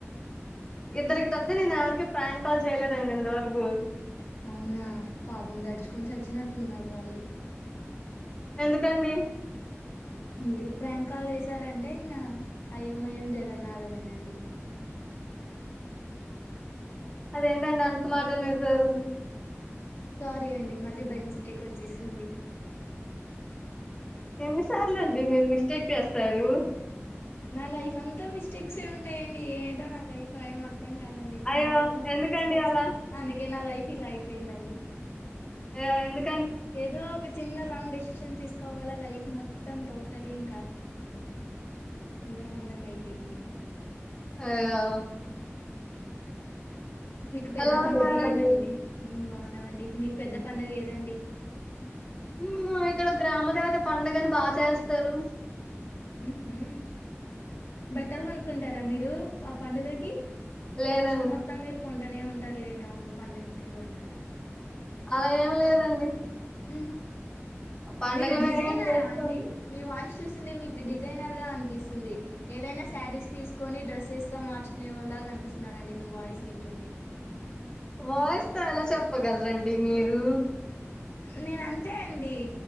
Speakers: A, on the left (about 20°); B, on the left (about 65°).
A: ఇద్దరికి తప్పితే నేను ఎవరికి ప్రాం కాల్ చేయలేదు అండి ఇంతవరకు
B: అవునా పాపం దడుచుకొని చచ్చినట్లు ఉన్నారు వాళ్ళు
A: ఎందుకండి
B: మీరు ప్రాంక్ కాలు చేసారంటే ఇంగా అయ్యో మాయం జగన్నాథమేనండి
A: అదేంటండి అంత మాట ఆనేశారు.
B: సారీ అండి. మళ్ళీ బై మిస్టేక్ వచ్చేసింది.
A: ఎన్నిసార్లు అండి మీరు మిస్టేక్ జెస్తారు.
B: నా లైఫ్ అంతా మిస్టేక్స్ ఏ ఉంటాయి అండి ఏంటో నా లైఫ్ <unintelligible> త్తం కాదండి.
A: అయ్యో
B: నా లైఫ్ మొత్తం
A: ఎందుకండి
B: మీస్టేక్స్
A: అలా
B: ఏ అందుకే నా లైఫ్ ఫీల్ అయిపోయిందండి.
A: అయ్య ఎందుకు
B: ఏదో ఒక చిన్న స్ట్రాంగ్ డెసిషన్ తీసుకోవాల లైఫ్ మొత్త త్తాం టోటల్లి ఇంకా చిందరబందరం అయిపోయింది.
A: ఆ
B: మీకు పెద్ద
A: ఎలా
B: పండుగ
A: ఉన్నారండి
B: ఏదండి హ్ బాగు ఉన్నం అండి మీకు పెద్ద పండుగ ఏదండి.
A: హ్ ఆ ఇక్కడ గ్రామ దేవత పండుగని బాగా చేస్తారు.
B: హ్ హు బట్టలు కొనుకుంటార్ ర మీరు ఆ పండుగకి
A: లేదండి
B: సమస్యలు మొత్తం మీరు కొంటనే ఉంటారు లేండి అవును పండగకి కొంటారా
A: అలా ఏం లేదండి
B: మ్హ్
A: పండగలు
B: మీరు డిజైనరా
A: మేమేం చేస్తాం
B: అండి మీ వాయిస్ చూసిందే మీకు డిజైనర్ గా అనిపిస్తుంది ఏదైనా శారీస్ తీసుకొని డ్రెస్సెస్ గా మార్చుకునే వాళ్ళాగా కనిపిస్తున్నారండి మీ వాయిస్ వింటుంటే
A: వాయిస్ తో ఎలా చెప్పగలరండి మీరు
B: నేనంతే అండి